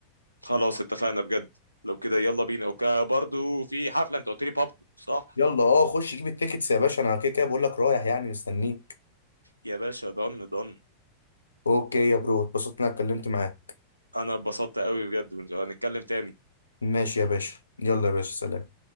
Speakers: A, on the right; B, on the left.
A: خلاص اتفقنا بجد لو كده يلا بينا وبرضو في حفلة انت قلت لي بابلو صح
B: يلا اه خش جيب التيكتس يا باشا انا كده كده بقول لك رايح يعني مستنيك
A: يا باشا ضن ضن
B: اوكي يا برو اتبسطت اني اتكلمت معاك
A: انا اتبسطت قوي بجد هنتكلم تاني
B: ماشي يا باشا يلا يا باشا سلام